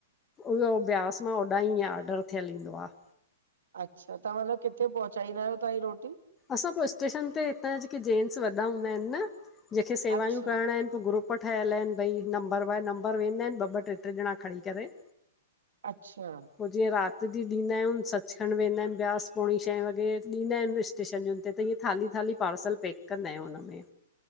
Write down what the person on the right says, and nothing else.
अच्छा। त मतलब किथे पहुचाईदा आहियो तव्हां इय रोटी?
अच्छा
अच्छा।